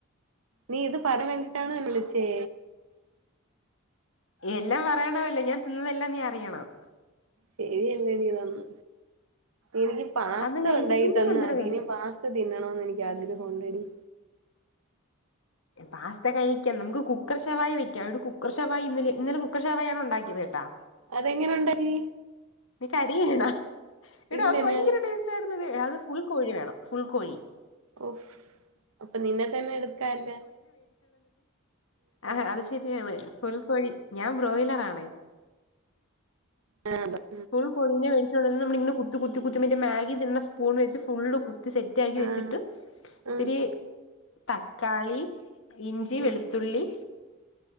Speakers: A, on the right; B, on the left.
A: നീ ഇത് പറയാൻ വേണ്ടിയിട്ടാണോ എന്നെ വിളിച്ചേ?
B: എല്ലാം പറയണല്ലോ ഞാൻ തിന്നുന്നതെല്ലാം നീ അറിയണം.
A: ശരിയെല്ലടി ഇതൊന്നു എനിക്ക് പാസ്ത
B: അതും കഴിച്ചു
A: ഒണ്ടാക്കി
B: പിന്നെ
A: തന്നു
B: ചന്തര
A: അതിന്
B: കഴിച്ചു
A: പാസ്ത തിന്നണോന്ന് എനിക്ക് ആഗ്രഹം ഒണ്ടെടി.
B: പാസ്ത കഴിക്കാം നമുക്ക് കുക്കർ ഷവായി വെയ്ക്കാം ഒരു കുക്കർ ഷവായി ഇന്നലെ ഇന്നലെ കുക്കർ ഷവായിയാണ് ഉണ്ടാക്കിയത് കേട്ടാ
A: അതെങ്ങനുണ്ടാക്കീ
B: നീ കരിയാരുന്നോ എടീ
A: ഇല്ലന
B: അത് ഭയങ്കര ടേസ്റ്റാരുന്നെടീ അത് ഫുൾ കോഴി വേണം ഫുൾ കോഴി.
A: ഓഹ് അപ്പൊ നിന്നെ തന്നെ എടുക്കാല്ലേ?
B: ആഹ് അത് ശെരിയാവുവേല ഫുൾ കോഴി ഞാൻ ബ്രോയ്ലറാണേ
A: വേദനയുണ്ടോ
B: ഫുൾ കോഴീനെ മേടിച്ചോണ്ട്ന്ന കുത്തി കുത്തി കുത്തി മറ്റേ മാഗി തിന്നണ സ്പൂണ് വെച്ച് ഫുള്ള് കു ത്തി സെറ്റാക്കി
A: ആഹ്
B: വെച്ചിട്ട് ഇത്തിരി
A: ഉം
B: തക്കാളി. ഇഞ്ചി, വെളുത്തുള്ളി
A: ഉം